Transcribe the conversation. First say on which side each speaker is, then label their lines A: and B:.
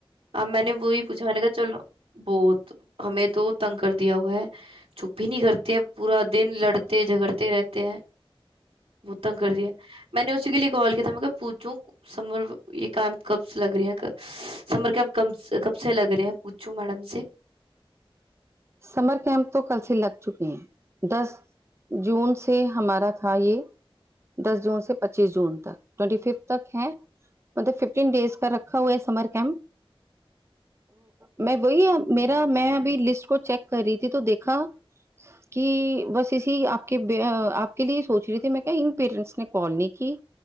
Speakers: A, on the right (about 80°); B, on the right (about 25°).
A: ਅਬ ਮੈਂ ਬਹੀ ਪੁੱਛਾ ਨਹੀਂ ਕਿਹਾ ਚਲੋ ਬਹੁਤ ਹਮੇ ਤ ਤੰਗ ਕਰਦੀ ਹੁਆ ਹੈ ਚੁੱਪ ਹੀ ਨਹੀਂ ਕਰਦੇ ਪੂਰਾ ਦਿਨ ਦਿਨ ਲੜਤੇ ਝਗੜਤੇ ਰਹਿ ਅਤੇ ਬਹੁ ਤੰਗ ਕਰਦੀ ਮੈਂਨੇ ਉਸੇ ਕੇ ਲ ਕਾਲ ਮੈਂ ਕਿਹਾ ਪੁੱਛ ਸਮਰ ਕੈਪ ਕਬ ਲਗ ਰਹੇ ਹੈ ਸਮਰ ਕੈਪ ਕਬ ਲਗ ਰਹੇ ਹੈ ਪੁੱਛੂ ਮੈਡਮ
B: ਸਮਰ ਕੈਂਪ ਤੋਂ ਕੱਲ ਸ ਲੱਗ ਚੁੱਕੇ ਹੈ ਦਸ ਜੂਨ ਸ ਹਮਾਰਾ ਥ ਇਹ ਦਸ ਜੂਨ ਪੱਚੀ ਪੀ ਜੂਨ ਤੱਕ ਟਵੈਂਟੀ ਫਿਫਥ ਤੱਕ ਹੈ ਮਤਲਬ ਫਿਫਟੀਨ ਡੇਜ਼ ਕਾ ਰੱਖਾ ਹੋਇਆ ਹੈ ਸਮਰ ਕੈਂਪ ਮੈਂ ਵਹੀ ਮੇਰਾ ਮੈਂ ਲਿਸਟ ਚੈੱਕ ਕਰ ਰਹੀੀ ਦੇਖਾ ਕਿ ਬਸ ਇਸੀ ਆਪ ਆਪਕੇ ਲ ਸੋਚ ਰਹੀੀ ਮੈਂ ਕਿਹਾਿਆ ਇਨ ਪੇਰੈਂਟਸ ਨੇ ਕਾਲ ਨਹੀਂ ਕੀ